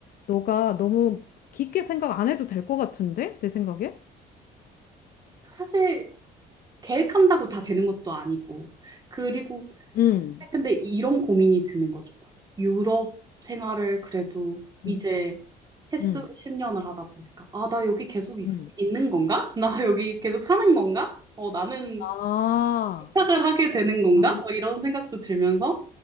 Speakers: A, on the left; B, on the right.
A: 너가 너무 깊게 생각 안 해도 될 것 같은데? 내 생각에?
B: 사실 계획한다고 다 되는 것도 아니고. 그리고,
A: 응,
B: 근데 이런 고민이 드는 거죠. 유럽 생활을 그래도 이제
A: 응,
B: 횟수로
A: 응.
B: 10년을 하다 보니까, 아, 나 여기 계속 있,
A: 응.
B: 는 건가? <laughs> 나 여기 계속 사는 건가? 어, 나는
A: 아,
B: 부탁을 하게 되는 건가?
A: 아.
B: 뭐 이런 생각도 들면서,